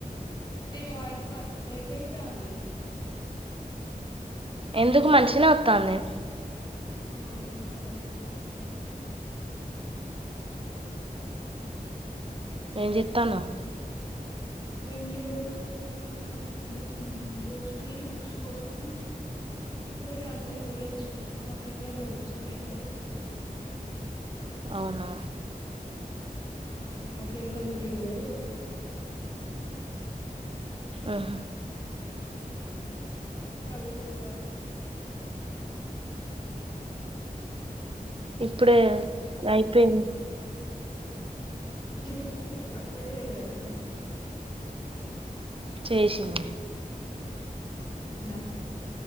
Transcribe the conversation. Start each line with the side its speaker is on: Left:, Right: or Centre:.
Left: నీ వాయిస్ కట్ బ్రేక్ అయితాంది
Right: ఎందుకు మంచినే వత్తాంది
Left: ఉమ్ ఇప్పుడు మంచిగుంది
Right: ఏం చేత్తాన్నావు
Left: ఏం లేదు ఉట్టిగనే ఉన్నా బుక్ గ్రూప్స్ కి బుక్స్ కోసం ఇప్పుడే అటు సైడ్ పోయి వచ్చిన మా ఫ్రెండ్ దగ్గర బుక్స్ ఉన్నాయంటే తెచ్చుకుందాం అని పోయినా
Right: అవునా
Left: ఉమ్ మ <unintelligible> ఫ్రెండ్ వాళ్ళంటికి పోయి క్స్ తెచ్చుకున్న
Right: ఊహు
Left: చదువుకోవాలి
Right: ప్పుడే అయిపోయింది
Left: గ్రూప్స్ కి అప్లై చేయలేదా మీ అక్క
Right: చేసింది
Left: చేసిందా